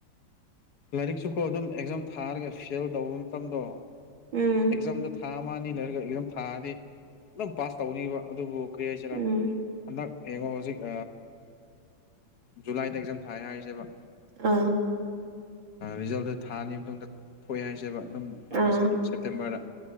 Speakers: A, on the left; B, on the right.
A: ꯂꯥꯏꯔꯤꯛꯁꯨꯀꯣ ꯑꯗꯨꯝ ꯑꯦꯛꯖꯥꯝ ꯊꯥꯔꯒ ꯐꯦꯜ ꯇꯧꯕ ꯃꯇꯝꯗꯣ
B: ꯎꯝ
A: ꯑꯦꯛꯖꯥꯝꯗꯣ ꯊꯥ ꯃꯥ ꯅꯤ ꯂꯩꯔꯒ ꯑꯦꯛꯖꯥꯝ ꯊꯥꯔꯗꯤ ꯑꯗꯨꯝ ꯄꯥꯁ ꯇꯧꯅꯤꯕ ꯑꯗꯨꯕꯨ ꯀꯔꯤ ꯍꯥꯏꯁꯤꯔꯥ
B: ꯎꯝ
A: ꯍꯟꯗꯛ ꯌꯦꯡꯉꯣ ꯍꯧꯖꯤꯛ ꯖꯨꯂꯥꯏꯗ ꯑꯦꯛꯖꯥꯝ ꯊꯥꯏ ꯍꯥꯏꯁꯦꯕ
B: ꯑꯥ
A: ꯔꯤꯖꯜꯗꯨ ꯊꯥꯅꯤ ꯃꯇꯨꯡꯗ ꯊꯣꯛꯑꯦ ꯍꯥꯏꯁꯦꯕ ꯑꯗꯨꯝ ꯑꯥꯒꯁ
B: ꯑꯥ
A: ꯁꯦꯞꯇꯦꯝꯕꯔꯗ